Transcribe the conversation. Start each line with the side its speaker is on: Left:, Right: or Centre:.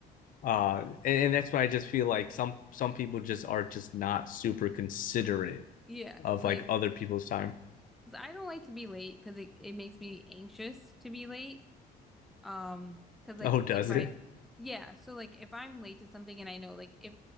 Left: uh, and, and that's why I just feel like some some people just are just not super considerate
Centre: Yeah,
Left: yeah. of
Centre: like
Left: like other people's time.
Centre: because I don't like to be late because it, it makes me anxious to be late, Um, cause like
Left: Oh, does
Centre: if I
Left: it?
Centre: yeah, so like if I'm late to something and I know like if